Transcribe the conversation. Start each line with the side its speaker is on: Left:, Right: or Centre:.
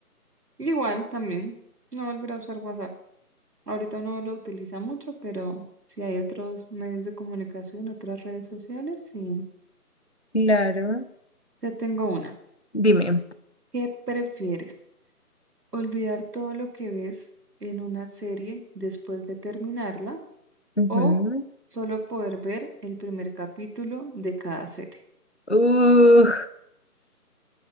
Right: Igual también, no volver a usar WhatsApp. Ahorita uno lo utiliza mucho, pero si hay otros medios de comunicación, otras redes sociales, sí.
Left: Claro.
Right: Te tengo una.
Left: Dime.
Right: ¿Qué prefieres? ¿Olvidar todo lo que ves en una serie después de terminarla
Left: Ujú.
Right: o solo poder ver el primer capítulo de cada serie?
Left: Uh,